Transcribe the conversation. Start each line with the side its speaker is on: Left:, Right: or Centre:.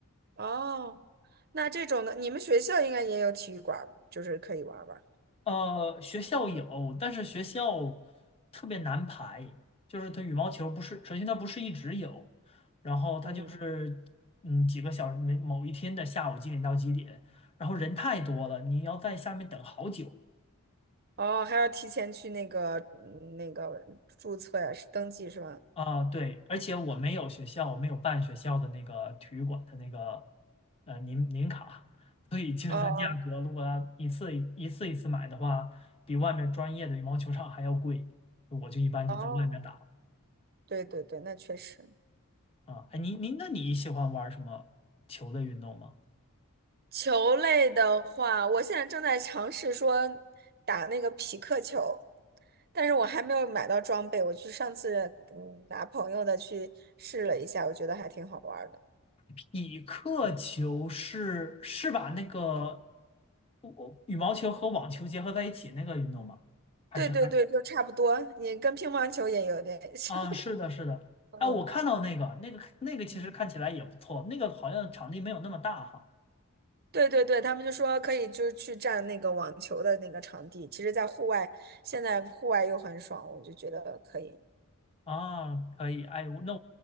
Right: 哦，那这种的，你们学校应该也有体育馆儿就是可以玩儿吧？
Left: 呃，学校有，但是学校特别难排，就是它羽毛球不是，首先它不是一直有，然后它就是嗯几个小时，
Right: 嗯，
Left: 每某一天的下午几点到几点，然后人太多了，你要在下面等好久。
Right: 哦，还要提前去那个嗯那个注册呀，是登记是吧？
Left: 啊，对，而且我没有学校，我没有办学校的那个体育馆的那个呃年年卡，所以其实它价格如果它一次一次一次买的话，
Right: 哦
Left: 比外面专业的羽毛球场还要贵。我就一般就在外面打了
Right: 哦哦，对对对，那确实。
Left: 啊。哎，您您那你喜欢玩什么球类运动吗？
Right: 球类的话，我现在正在尝试说打那个匹克球，但是我还没有买到装备。我去上次嗯拿朋友的去试了一下，我觉得还挺好玩儿的。
Left: 匹克球是是把那个我我羽毛球和网球结合在一起那个运动吗？还是还？
Right: 对对对，就差不多，你跟乒乓球也有点像。
Left: 啊，是的，是的，
Right: <laughs>
Left: 哎，我看到那个，那个，那个其实看起来也不错，
Right: 嗯。
Left: 那个好像场地没有那么大哈。
Right: 对对对，他们就说可以就是去占那个网球的那个场地，其实，在户外现在户外又很爽，我就觉得可以。
Left: 啊，可以，哎，我那